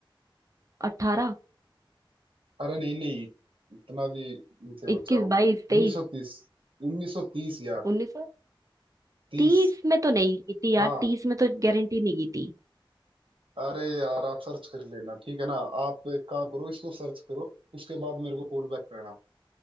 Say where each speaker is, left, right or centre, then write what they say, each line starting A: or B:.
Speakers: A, on the right (about 40°); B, on the right (about 75°).
A: 18
B: अरे नहीं नहीं इतना भी नीचे
A: 21
B: मत जाओ
A: 22 23
B: 1930 1930 यार
A: उन्नीस
B: तीस
A: तीस में तो नहीं की थी यार
B: हाँ
A: तीस में तो गारंटी नहीं की थी
B: अरे यार आप सर्च कर लेना ठीक है ना आप एक काम करो इसको सर्च करो उसके बाद मेरे को कॉल बैक करना